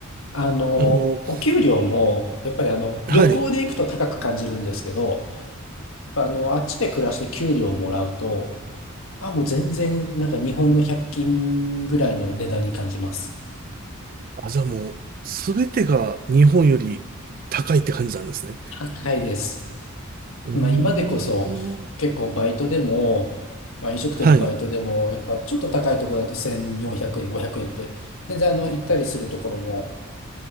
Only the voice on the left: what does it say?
あの、
お給料も、やっぱりあの、
旅行で行くと高く感じるんですけど、やっぱあの、あっちで暮らして給料をもらうと、あ、もう全然、なんか日本の100均ぐらいの値段に感じます。
高いです。
まあ、今でこそ、
結構バイトでも、まあ、飲食店のバイトでも、
やっぱちょっと高いところだと1400円、500円って、全然あの、行ったりするところも